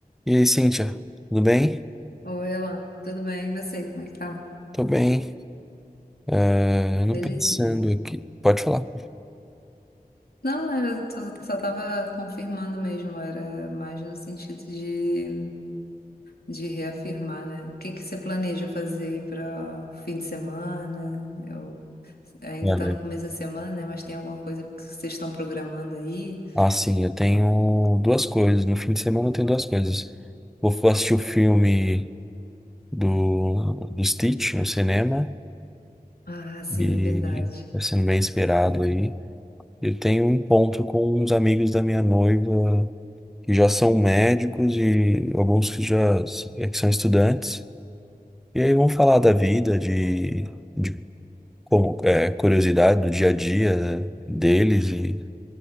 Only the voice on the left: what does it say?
Oi, Elan, tudo bem? E você, como é que tá?
Belezinha.
Não, era, tô- só tava confirmando mesmo, era mais no sentido de, de reafirmar, né? O que que você planeja fazer aí para o fim de semana? Eu, ainda
tá no começo da semana, né? Mas tem alguma coisa que vocês estão programando aí?
Ah, sim,
é verdade.